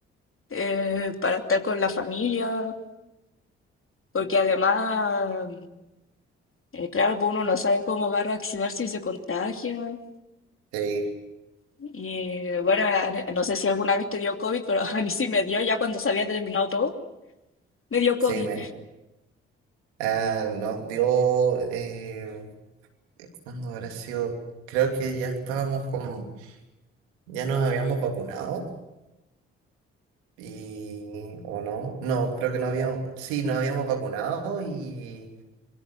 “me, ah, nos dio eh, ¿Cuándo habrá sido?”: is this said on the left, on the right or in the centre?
Right